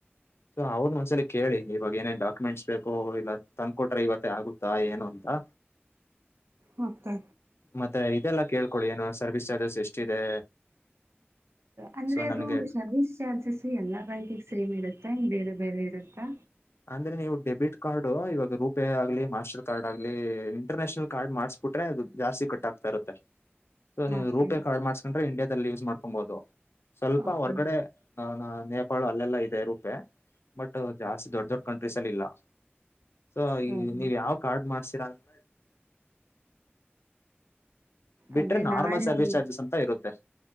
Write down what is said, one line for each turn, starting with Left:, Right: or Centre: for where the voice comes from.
Left: ಸೊ ಅವ್ರನ್ನ ಒಂದ್ಸಲ ಕೇಳಿ ಇವಾಗ ಏನೇನ್ ಡಾಕ್ಯುಮೆಂಟ್ಸ್ ಬೇಕೋ ಇಲ್ಲ ತಂದ್ಕಟ್ರೆ ಇವತ್ತ ಆಗುತ್ತಾ ಏನು ತಾ
Right: ಮತ್ತೆ
Left: ಮತ್ತೆ ಇದೆಲ್ಲ ಕೇಳ್ಕೊಳ್ಳಿ ಏನು ಸರ್ವಿಸ್ ಚಾರ್ಜಸ್ ಎಷ್ಟಿದೆ
Right: ಅಂದ್ರೆ
Left: ಸೊ ನನ್ಗೆ
Right: ಅದು ಸರ್ವಿಸ್ ಚಾರ್ಜಸ್ ಎಲ್ಲಾ ಬ್ಯಾಂಕಿಗೆ ಸೇಮ್ ಇರುತ್ತೆ ಬೇರೆ ಬೇರೆ ಇರುತ್ತಾ
Left: ಅಂದ್ರೆ ನೀವು ಡೆಬಿಟ್ ಕಾರ್ಡು ಇವಾಗ ರೂಪೇ ಆಗ್ಲಿ ಮಾಸ್ಟರ್ ಕಾರ್ಡ್ ಆಗ್ಲಿ ಇಂಟರ್ನ್ಯಾಷನಲ್ ಕಾರ್ಡ್ ಮಾಡ್ಸ್ಬಿಟ್ರೆ ಅದು ಜಾಸ್ತಿ ಕಟ್ಕ್ತಾ ಇರುತ್ತೆ ಸೊ ನೀವು
Right: ಓಕೆ
Left: ರೂಪೇ ಕಾರ್ಡ್ ಮಾಡಸ್ಕೊಂಡ್ರೆ ಇಂಡಿಯಾ ಅಲ್ಲಿ ಯೂಸ್ ಮಾಡ್ಕೊಬೋಧು. ಸ್ವಲ್ಪ
Right: ಓಕೆ
Left: ಹೊರ್ಗಡೆ ನಾ ನಾ ನೇಪಾಳ ಅಲ್ಲೆಲ್ಲಾ - ಇರುತ್ತೆ ಬಟ್ ಜಾಸ್ತಿ ದೊಡ್ಡ. ದೊಡ್ಡ ಕಂಟ್ರೀಸ್ ಅಲ್ಲಿ ಇಲ್ಲ. ಸೊ
Right: ಸರಿ
Left: ಈ ಈಗ ನೀವ್ ಯಾವ ಕಾರ್ಡ್ ಮಾಡ್ಸ- ಮಾಡ್ಸಿರ್ತೀರ. ಬಿಟ್ರೆ
Right: ಅದೇ
Left: ನಾರ್ಮಲ್
Right: ನಾಳೆ
Left: ಸರ್ವಿಸ್
Right: ಹೋಗ್-
Left: ಚಾರ್ಜಸ್ ಅಂತ ಇರುತ್ತೆ.